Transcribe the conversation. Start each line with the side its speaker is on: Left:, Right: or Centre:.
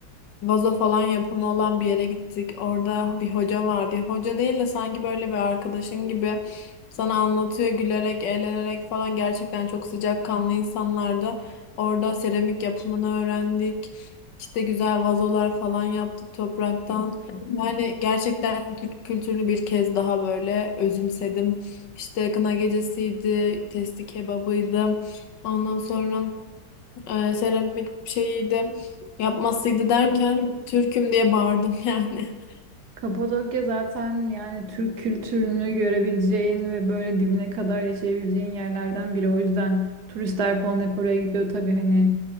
Left: vazo falan yapımı olan bir yere gittik. Orada bir hoca vardı. Hoca değil de sanki böyle bir arkadaşın gibi sana anlatıyor gülerek, eğlenerek falan. Gerçekten çok sıcakkanlı insanlardı. Orada seramik yapımını öğrendik. İşte güzel vazolar falan yaptık topraktan. Yani gerçekten Türk kültürünü bir kez daha böyle özümsedim. İşte kına gecesiydi, testi kebabıydı. Ondan sonra e, seramik şeyi de yapmasıydı derken Türk'üm diye bağırdım yani. <laughs>
Right: Kapadokya zaten yani Türk kültürünü görebileceğin ve böyle dibine kadar yaşayabileceğin yerlerden biri. O yüzden turistler falan hep oraya gidiyor. Tabii hani